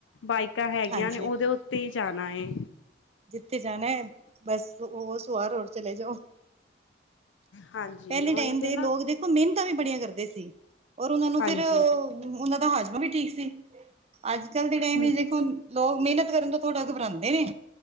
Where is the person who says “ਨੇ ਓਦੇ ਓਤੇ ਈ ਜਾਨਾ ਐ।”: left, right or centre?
Left